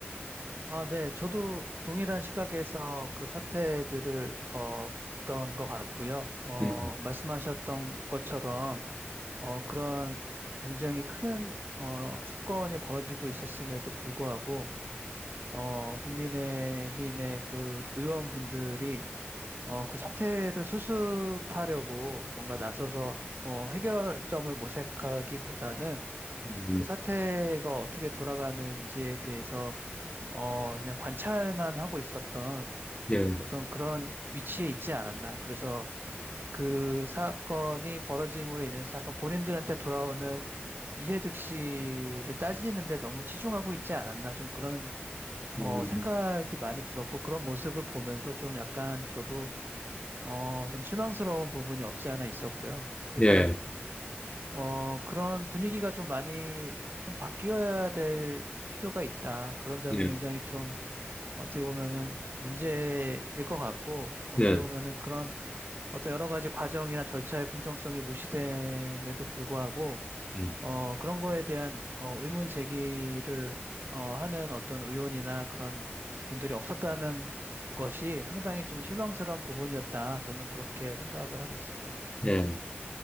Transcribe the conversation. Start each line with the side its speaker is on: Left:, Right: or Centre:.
Right: 아, 네. 저도 동일한 시각에서 그 사태들을 어, 봤던 것 같고요. 어,
Left: 네.
Right: 말씀하셨던 것처럼 어, 그런 굉장히 큰 어, 사건이 벌어지고 있었음에도 불구하고 어, 국민의힘의 그 의원분들이 어, 그 사태를 수습하려고 뭔가 나서서 어, 해결점을 모색하기보다는
Left: 음,
Right: 그 사태가 어떻게 돌아가는지에 대해서 어, 그냥 관찰만 하고 있었던
Left: 예,
Right: 어떤 그런 위치에 있지 않았나. 그래서 그 사건이 벌어짐으로 인해서 약간 본인들한테 돌아오는 이해득실을 따지는데 너무 치중하고 있지 않았나. 좀 그런 어,
Left: 음,
Right: 생각이 많이 들었고 그런 모습을 보면서 좀 약간 저도 어, 좀 실망스러운 부분이 없지 않아 있었고요. 그래서
Left: 예,
Right: 어, 그런 분위기가 좀 많이 좀 바뀌어야 될 필요가 있다. 그런 점이
Left: 예,
Right: 굉장히 좀 어떻게 보면은 문제일 것 같고 어떻게
Left: 네,
Right: 보면은 그런 어떤 여러 가지 과정이나 절차의 공정성이 무시됨에도 불구하고
Left: 음,
Right: 어, 그런 거에 대한 어, 의문 제기를 어, 하는 어떤 의원이나 그런 분들이 없었다는 것이 상당히 좀 실망스러운 부분이었다. 저는 그렇게 생각을 하고 있습니다.
Left: 예.